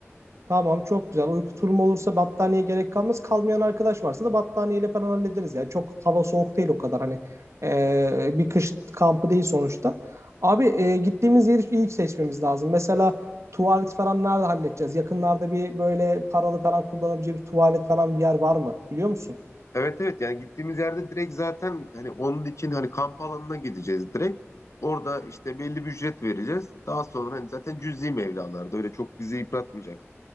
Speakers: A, on the right; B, on the left.
A: Tamam çok güzel. Uyku turumu olursa battaniye gerek kalmaz. Kalmayan arkadaş varsa da battaniyeyle falan hallederiz ya. Çok hava soğuk değil o kadar hani. Ee, bir kış kampı değil sonuçta. Abi e, gittiğimiz yeri iyi seçmemiz lazım. Mesela tuvalet falan nerede halledeceğiz? Yakınlarda bir böyle paralı falan kullanabileceği bir tuvalet falan bir yer var mı? Biliyor musun?
B: Evet evet yani gittiğimiz yerde direkt zaten hani onun için hani kamp alanına gideceğiz direkt. Orada işte belli bir ücret vereceğiz. Daha sonra hani zaten cüzi mevlalarda öyle çok bizi yıpratmayacak